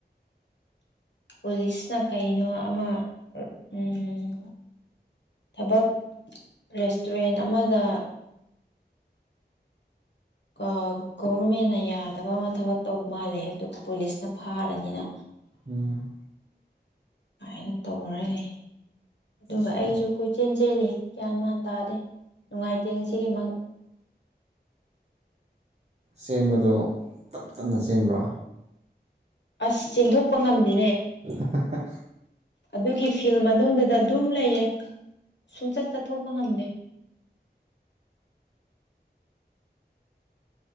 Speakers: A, on the left; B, on the right.
A: ꯄꯨꯂꯤꯁꯅ ꯀꯩꯅꯣ ꯑꯃ ꯑꯥ ꯎꯝ ꯊꯕꯛ ꯔꯦꯁꯇꯨꯔꯦꯟ ꯑꯃꯗ ꯑꯣ ꯒꯣꯕꯔꯃꯦꯟꯅ ꯌꯥꯗꯕ ꯑꯃ ꯊꯕꯛ ꯇꯧ ꯃꯥꯜꯂꯦ ꯑꯗꯨ ꯄꯨꯂꯤꯁꯅ ꯐꯥꯔꯅꯤꯅ
B: ꯎꯝ
A: ꯍꯥꯏꯅ ꯇꯧꯔꯒ ꯂꯩ ꯑꯗꯨꯒ
B: ꯁꯨ
A: ꯑꯩꯁꯨ ꯀꯣꯏꯆꯦꯟ ꯆꯦꯜꯂꯤ ꯒ꯭ꯌꯥꯟ ꯃꯥꯟ ꯇꯥꯗꯦ ꯅꯨꯡꯉꯥꯏꯇꯦꯡꯁꯤꯒꯤꯃꯛ
B: ꯆꯦꯟꯕꯗꯣ ꯇꯞ ꯇꯞꯅ ꯆꯦꯟꯕ꯭ꯔꯥ
A: ꯑꯁ ꯆꯦꯟꯊꯣꯛꯄ ꯉꯝꯗꯦ
B: <unintelligible>
A: ꯑꯗꯨꯒꯤ ꯐꯤꯜ ꯃꯅꯨꯡꯗꯨꯗ ꯑꯗꯨꯝ ꯂꯩꯌꯦ ꯁꯨꯝꯆꯠ ꯆꯠꯊꯣꯛ ꯐ ꯉꯝꯗꯦ